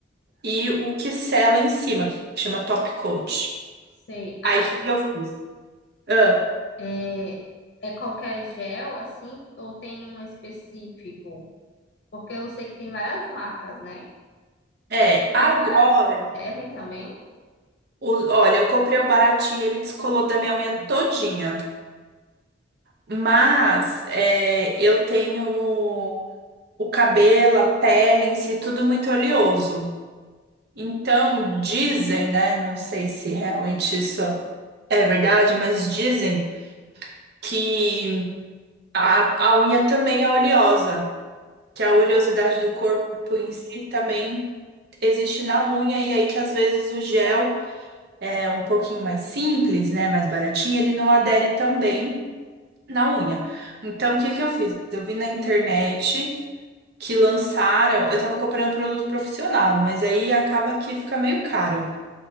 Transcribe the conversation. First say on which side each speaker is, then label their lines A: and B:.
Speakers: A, on the right; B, on the left.
A: e o que sela em cima, que chama top coat.
B: sei. Ah,
A: Aí o que que eu fiz? Ah,
B: é é qualquer gel, assim, ou tem um específico? Porque eu sei que tem várias marcas, né?
A: é,
B: Esses
A: agora,
B: mais baratos servem também?
A: os- olha, eu comprei o baratinho, ele descolou da minha unha todinha. Mas é, eu tenho o cabelo, a pele em si, tudo muito oleoso. Então, dizem, né? Não sei se realmente isso é verdade, mas dizem que a, a unha também é oleosa, que a oleosidade do corpo em si também existe na unha, e aí que às vezes o gel é um pouquinho mais simples, né? Mais baratinho, ele não adere tão bem na unha. Então, o que que eu fiz? Eu vi na internet. Que lançaram, eu tava comprando produto profissional, mas aí acaba que fica meio caro.